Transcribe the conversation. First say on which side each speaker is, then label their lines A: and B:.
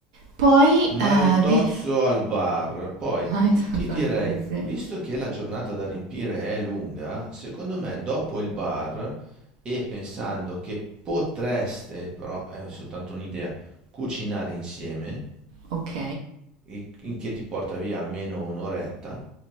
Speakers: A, on the right; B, on the right.
A: Poi,
B: Maritozzo
A: eh, vi...
B: al bar. Poi
A: <laughs> maritozza
B: ti direi,
A: al bar, sì.
B: visto che la giornata da riempire è lunga, secondo me dopo il bar e pensando che potreste, però è soltanto un'idea, cucinare insieme,
A: Ok.
B: il- il che ti porta via almeno un'oretta.